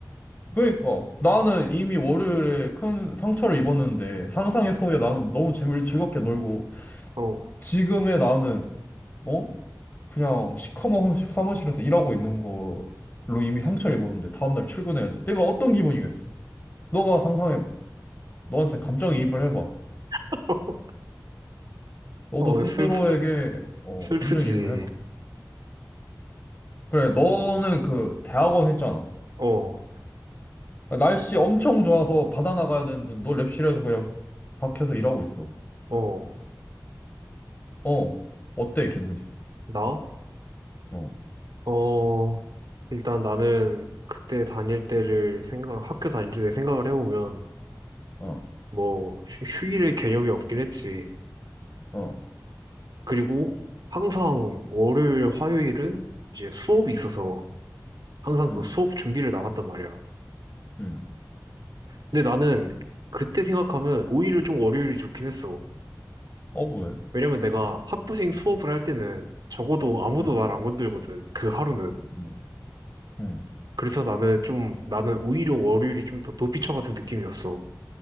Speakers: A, on the left; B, on the right.
A: 그러니까 나는 이미 월요일에 큰 상처를 입었는데 상상의 속에 나는 너무 재미를 즐겁게 놀고
B: 어,
A: 지금의 나는 어? 그냥 시커먼 <laughs> 사무실에서 일하고 있는 걸로 이미 상처를 입었는데 다음날 출근해야 돼. 내가 어떤 기분이겠어? 너가 상상해봐. 너한테 감정이입을 해봐.
B: <laughs>
A: 너도
B: 어,
A: 스스로에게
B: 슬프,
A: 어,
B: 슬프지.
A: 감정이입을 해봐. 그래, 너는 그 대학원 했잖아.
B: 어,
A: 날씨 엄청 좋아서 바다 나가야 되는데 너 랩실에서 그냥 박혀서 일하고 있어.
B: 어,
A: 어, 어때 기분이?
B: 나?
A: 어,
B: 어, 일단 나는 그때 다닐 때를 생각, 학교 다닐 때 생각을 해보면,
A: 어,
B: 뭐, 휴- 휴일의 개념이 없긴 했지.
A: 어,
B: 그리고 항상 월요일, 화요일은 이제 수업이 있어서 항상
A: 음,
B: 그 수업 준비를 나갔단 말이야.
A: 음.
B: 근데 나는 그때 생각하면 오히려 좀 월요일이 좋긴 했어.
A: 어, 왜?
B: 왜냐면 내가 학부생 수업을 할 때는 적어도 아무도
A: 음,
B: 날 안 건들거든. 그 하루는.
A: 음, 음.
B: 그래서 나는 좀, 나는 오히려 월요일이 좀 더 도피처 같은 느낌이었어.